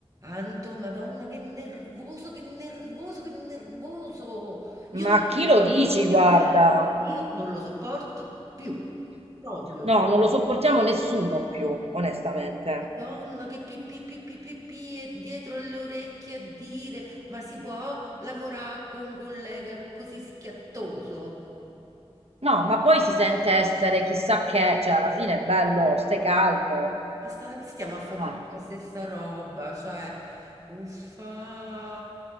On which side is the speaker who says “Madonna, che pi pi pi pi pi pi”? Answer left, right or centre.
Right